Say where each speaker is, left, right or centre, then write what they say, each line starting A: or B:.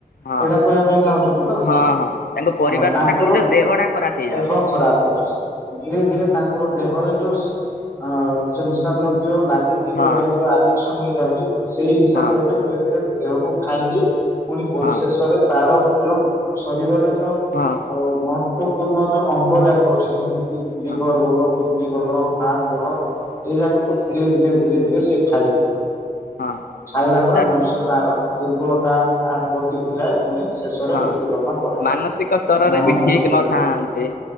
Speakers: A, on the left; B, on the left.
A: ହଁ
B: ଏଇଟା କହିବା ପାଇଁ ଚାହୁଁଛନ୍ତି ତ।
A: ହଁ ହଁ ତାଙ୍କ ପରିବାର
B: ହଁ ତାଙ୍କର
A: ସହ ତାଙ୍କ ନିଜ ଦେହଟା ଖରାପ ହେଇଯାଉଛି।
B: ଦେହ ଖରାପ ହୋଉଛି ଧୀରେ ଧୀରେ ତାଙ୍କର ଦେହରେ ଯୋଉ ସ୍ ଅଁ ଯୋଉ ନିଶା ଦ୍ରବ୍ୟ ଲାଗିକି
A: ହଁ
B: ରହେ ଯୋଉ ଆଡିକ୍ସନ୍ ହୋଇଯା ସେଇ ନିଶା
A: ହଁ
B: ଦ୍ରବ୍ୟ ଧୀରେ ଧୀରେ ଦେହକୁ ଖାଇଦିଏ ପୁଣି ପରିଶେଷରେ
A: ହଁ
B: ତାର ଯୋଉ ଶରୀରରେ ଯୋଉ ଅଁ
A: ହଁ
B: ମହତ୍ୱପୂର୍ଣ୍ଣ ଯୋଉ ଅଙ୍ଗ ଗୁରାକ ଅଛି ଯେମିତିକି କି ଲିଭର୍
A: ହଁ
B: ଭଲ କି ନି ଭଲ ହାର୍ଟ ଭଲ ଏଇରା ଙ୍କକୁ ଧୀରେ ଧୀରେ ଧୀରେ ଧୀରେ ସିଏ ଖାଇବ
A: ହଁ
B: ଖାଇଲା ପରେ
A: ତା
B: ମଣିଷ ତାର ଦୁର୍ବଳତା ଆର ଗତି କୁ ଯାଏ ପୁଣି ଶେଷରେ
A: ହଁ।
B: ମୃତ୍ୟୁବରଣ କରେ।
A: ମାନସିକ ସ୍ତରରେ
B: ମାନସିକ
A: ବି ଠିକ୍
B: ସ୍ତରରେ
A: ନଥାନ୍ତି।